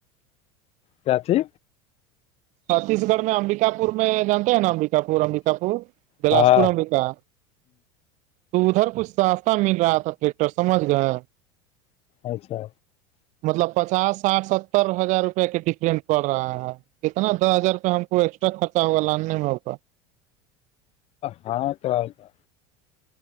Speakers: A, on the left; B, on the right.
A: کیا تھی
B: چھتیس گڑ میں امبکا پور میں جانتے نا امبکا پور امب پ بلاس
A: ہاں
B: پورم لکا تو ادھر کچھ ساستہ مل رہا تھا ٹریکٹر سمجھ گئے
A: اچھا
B: مطلب پچاس ساٹھ ستر ہزار روپے کے ڈفرینٹ پڑ رہا ہے <unintelligible> کتنا دس ہزارپ ہم کو ایکسٹرا خرچا ہوگا لاننے میں ہوگا
A: ہاں توتا